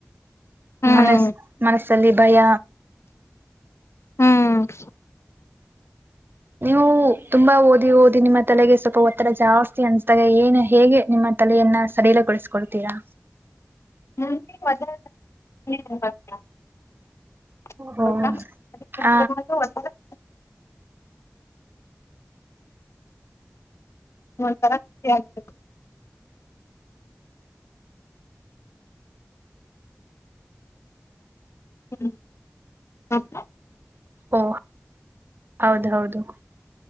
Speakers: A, on the left; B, on the right.
A: ಹ್ಮ್
B: ಮನಸ್ ಮನಸ್ಸಲ್ಲಿ ಭಯ.
A: ಹ್ಮ್
B: ನೀವು ತುಂಬಾ ಓದಿ ಓದಿ ನಿಮ್ಮ ತಲೆಗೆ ಸ್ವಲ್ಪ ಒತ್ತಡ ಜಾಸ್ತಿ ಅನ್ಸ್ದಾಗ ಏನು ಹೇಗೆ ನಿಮ್ಮ ತಲೆಯನ್ನ ಸಡಿಲಗೊಳ್ಸ್ಕೊತಿರಾ.
A: <unintelligible> <unintelligible>
B: ಓ ಹ
A: ಒಂತರ ಖುಷಿ ಆಗ್ಬೇಕು. ಹ್ಮ್ ಹ.
B: ಓ ಹೌದ್ ಹೌದು.